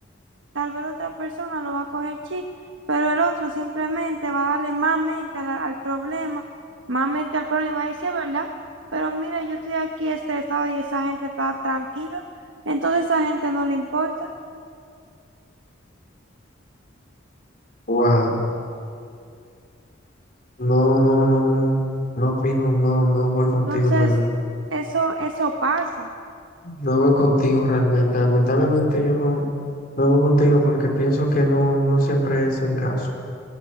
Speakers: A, on the right (about 80°); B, on the left (about 50°).
A: tal vez la otra persona lo va a coger chill, pero el otro simplemente va a darle más mente al al, problema, más mente al problema y va a decir, ¿verdad? Pero mira, yo estoy aquí estresado y esa gente está tranquila, entonces esa gente no le importa.
B: Wow, no, no, no, no, no opino, no, no voy contigo
A: Entonces,
B: en verdad.
A: eso, eso pasa.
B: No voy contigo realmente. Lamentablemente yo no, no voy contigo porque pienso que no, no siempre es el caso.